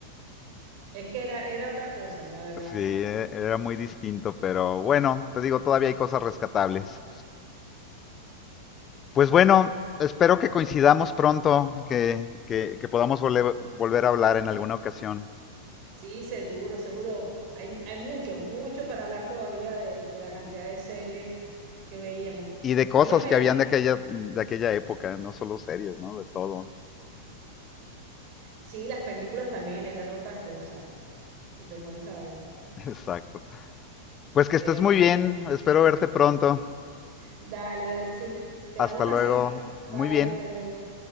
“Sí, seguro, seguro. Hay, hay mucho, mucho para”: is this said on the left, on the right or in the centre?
Right